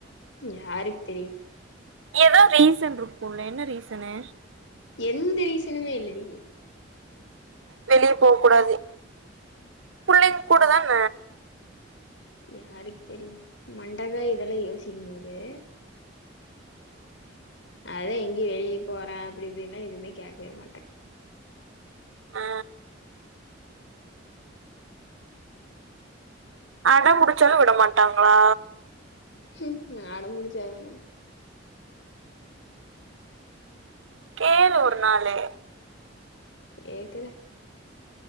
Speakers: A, on the left; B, on the right.
A: யாருக்கு தெரியும்
B: ஏதோ ரீசன் இருக்குல என்ன ரீசனு
A: எந்த ரீசனுமே இல்லடி
B: வெளியே போக் கூடாது புள்ளைங்க கூட தான
A: யாருக்கு தெரியு மண்டகாயு இதெல்லா யோசிக்கும் போது அதான் எங்கயு வெளியே போறேன் அப்டி இப்டின்லா எதுமே கேக்கவே மாட்டேன்
B: ஆ அடம் புடிச்சாலு விடமாட்டாங்ளா
A: ம்கு நா அடம் புடிச்சாதான
B: கேளு ஒரு நாளு
A: கேக்குறே